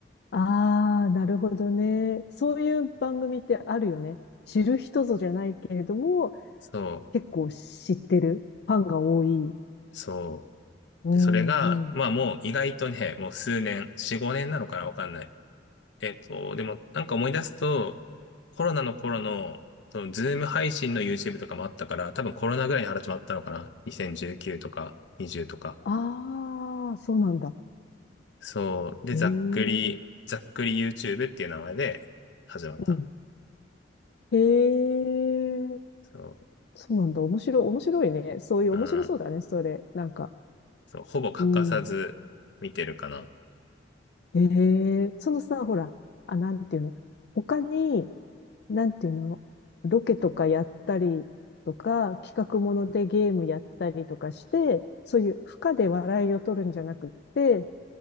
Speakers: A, on the left; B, on the left.
A: ああ、なるほどね。そういう番組ってあるよね。知る人ぞじゃないけれども、
B: そう。
A: 結構知ってる。ファンが多い。
B: そう。
A: うん、
B: で、それが、
A: うん。
B: まあもう意外とね、もう数年、4、5年なのかなわかんない。えっと、でもなんか思い出すと、コロナの頃の、そのズーム配信の YouTube とかもあったから、多分コロナぐらいに始まったのかな ?2019 とか20とか。
A: ああ、そうなんだ。
B: そう。で、
A: へえ、
B: ざっくり、
A: う
B: ざっくり YouTube っていう名前で始まった。
A: ん。へえ、
B: そ
A: そうなんだ。面白い、面白いね。そういう面白そうだね、
B: う。うん。
A: それ。なんか。
B: そう。ほぼ欠かさず見てるかな。
A: うん。へえ、そのさ、ほら、あ、なんていうの。他に、なんていうの、ロケとかやったりとか、企画ものでゲームやったりとかして、そういう負荷で笑いを取るんじゃなくって、